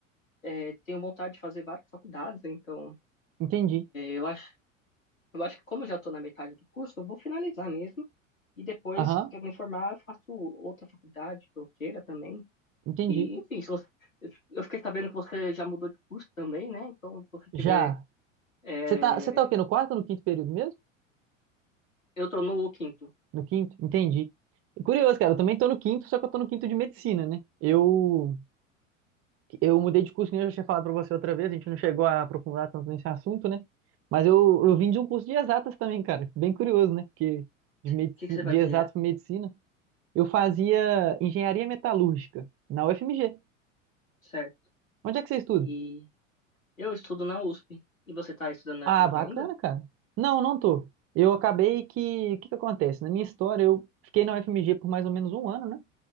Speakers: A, on the left; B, on the right.
A: é, tenho vontade de fazer várias faculdades, então...
B: entendi.
A: Eu acho, eu acho que como eu já estou na metade do curso, eu vou finalizar mesmo. E depois
B: Aham,
A: que eu me formar, eu faço outra faculdade que eu queira também.
B: entendi.
A: E, enfim, se você, eu fiquei sabendo que você já mudou de curso também, né? Então, se você tiver...
B: Já.
A: é,
B: Você tá, você tá o quê? No quarto ou no quinto período mesmo?
A: Eu estou no quinto. O
B: No quinto, entendi. É Curioso, cara, eu também tô no quinto, só que eu tô no quinto de medicina, né? Eu, eu mudei de curso, que nem eu já tinha falado pra você outra vez, a gente não chegou a aprofundar tanto nesse assunto, né? Mas eu, eu vim de um curso de exatas também, cara. Bem curioso, né? Porque de, medici-
A: que, que que você fazia?
B: de exatas pra medicina, eu fazia engenharia metalúrgica na UFMG.
A: Certo.
B: Onde é que você estuda?
A: E eu estudo na USP. E você está estudando na
B: Ah,
A: FMG
B: bacana,
A: ainda?
B: cara. Não, não tô. Eu acabei que. O que que acontece? Na minha história, eu fiquei na UFMG por mais ou menos um ano, né?